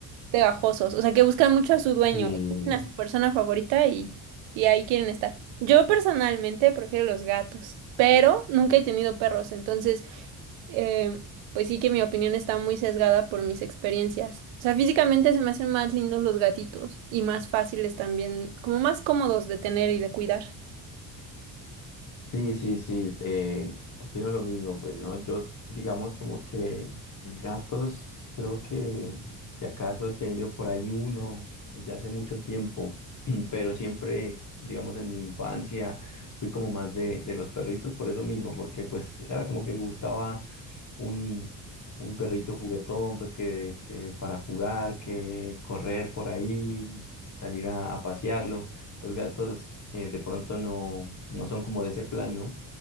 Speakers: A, on the right (about 90°); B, on the left (about 40°).
A: pegajosos, o sea, que buscan mucho a su dueño,
B: Sí,
A: a su persona favorita y, y ahí quieren estar. Yo personalmente prefiero los gatos, pero nunca he tenido perros, entonces, eh, pues sí que mi opinión está muy sesgada por mis experiencias. O sea, físicamente se me hacen más lindos los gatitos y más fáciles también, como más cómodos de tener y de cuidar.
B: sí, sí, sí, eh, opino lo mismo, pues, ¿no? Yo, digamos, como que gatos, creo que si acaso he tenido por ahí uno, eh, ya hace mucho tiempo, <clears throat> pero siempre, digamos, en mi infancia fui como más de, de los perritos por eso mismo, porque pues era como que buscaba un, un perrito juguetón, pues que, que para jugar, que correr por ahí, salir a, a pasearlo. Los gatos eh, de pronto no, no son como de ese plan, ¿no?